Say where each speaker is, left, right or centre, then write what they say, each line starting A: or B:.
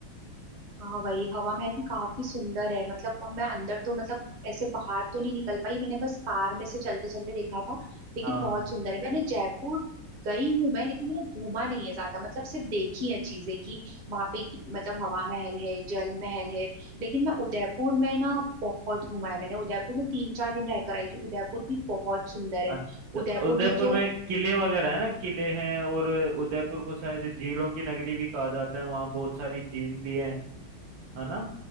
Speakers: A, on the right (about 35°); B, on the right (about 70°).
A: हाँ वही हवा महल भी काफी सुंदर है मतलब अब मैं अंदर तो मतलब ऐसे बाहर तो नहीं निकल पाई मैंने बस कार में से चलते चलते देखा था लेकिन
B: हाँ
A: बहुत सुंदर है मैंने जयपुर गई हूँ मैं लेकिन मैंने घूमा नहीं है ज्यादा मतलब सिर्फ देखी है चीजें कि वहां पे ये- मतलब हवा महल है जल महल है लेकिन मैं उदयपुर में ना बहुत घूमा है मैंने उदयपुर में तीन चार दिन रहकर आई थी उदयपुर भी बहुत सुंदर है
B: अच्छा
A: उदयपुर
B: उदयपुर
A: में जो
B: में किले वगैरह है ना किले हैं और उदयपुर को शायद झीलों की नगरी भी कहा जाता है वहाँ बहुत सारी झील भी है है ना